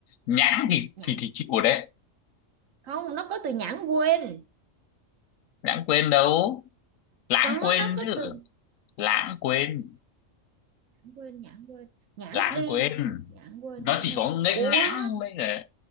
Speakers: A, on the left; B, on the right.
A: nhãn thì
B: nhãn
A: thì thì chịu rồi đấy
B: không nó có từ nhãn quên
A: nhãn quên đâu lãng
B: có
A: quên
B: nó có
A: chứ
B: từ
A: lãng quên
B: nhãn quên nhãn quên nhãn
A: lãng
B: đi
A: quên
B: nhãn quên
A: nó
B: nhãn
A: chỉ
B: đi
A: có nghênh
B: ủa
A: ngãng mới là